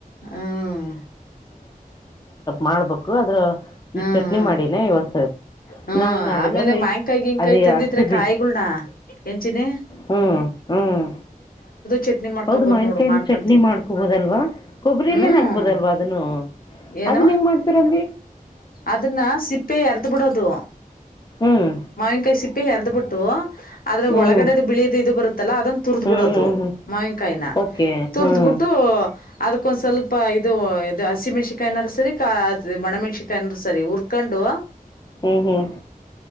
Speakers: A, on the left; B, on the left.
A: ಹ್ಮ್
B: ಮಾಡ್ಬೇಕು ಅದ್ರ ಈಗ
A: ಹ್ಮ್
B: ಚಟ್ನಿ
A: ಹ್ಮ
B: ಮಾಡಿನೇ ಇವತ್ತು
A: ಹ್ಮ್
B: ನಾಳೆ ನಾಡಿದ್ರಲ್ಲಿ
A: ಆಮೇಲೆ ಮಾ್ಯಾಂಕಾಯಿ ಗಿನ್ಕಾಯಿ
B: ಅದು
A: ತಂದಿದ್ರೆ
B: ಅಗಸೆ
A: ಕಾಯಿಗಳನ ಎನ್ಚಿನಿ
B: ಹ್ಮ್ ಹ್ಮ್
A: ಚಟ್ನಿ ಮಾಡ್ಕೋಬಹದ್
B: ಹೌದು ಮಾಯನ್ಕಾಯನ
A: ನೋಡು ಮಾಡ್ಕೊಂತೀನಿ
B: ಚಟ್ನಿ ಮಾಡ್ಕೋಬೋದಲ್ವಾ ಕೊಬ್ಬರಿಲ್ಲೇ
A: ಹ್ಮ್
B: ಹಾಕ್ಬೋದಲ್ವಾ ಅದನ್ನು
A: ಏನವ
B: ಅದನ್ ಹೆಂಗ್ ಮಾಡ್ತಾರಿ
A: ಅದನ್ನ ಸಿಪ್ಪೆ ಎರ್ದ ಬಿಡೋದು
B: ಹ್ಮ್
A: ಮಾವಿನಕಾಯಿ ಸಿಪ್ಪೆ ತಪ್ಪಿ ಎರದ್ ಬಿಿಟ್ಟು ಆದ್ರೆ
B: ಹ್ಮ್
A: ಒಳಗಡೆದು ಬಿಳದು ಇದು ಬರುತ್ತೆ ಲ್ಲ ಅದನ್ನ ತುರ್ದ್
B: ಹ್ಮ್
A: ಬಿಡೋದು
B: ಹ್ಮ್ ಹ್ಮ್
A: ಮಾವಿನಕಾಯಿನ
B: ಓಕೆ
A: ತುರ್ದ್
B: ಹ್ಮ್
A: ಬಿಿಟ್ಟು ಅದಕ್ಕೊಂದ್ ಸ್ವಲ್ಪ ಇದು ಇದು ಹಸಿ ಮಣಸಿಕಾಯಏನಾರ ಸರಿ ಮಣಮೆಣ್ಸಿಕ ಕನ್ ಸರಿ ಉರ್ಕೊಂಡ್ುವ
B: ಹ್ಮ್ ಹ್ಮ್